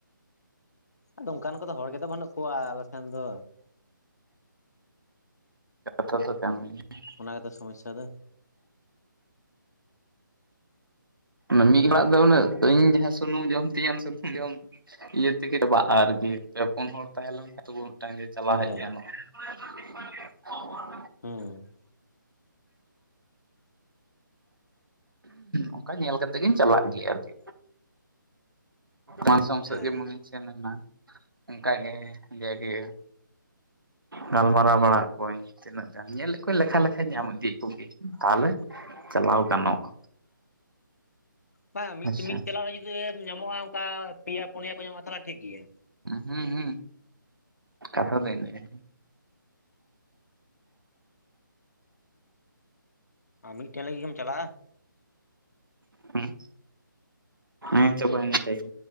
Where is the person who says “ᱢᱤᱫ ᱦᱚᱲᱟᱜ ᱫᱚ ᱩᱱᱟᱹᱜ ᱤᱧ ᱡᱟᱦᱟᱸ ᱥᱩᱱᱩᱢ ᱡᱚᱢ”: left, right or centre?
Right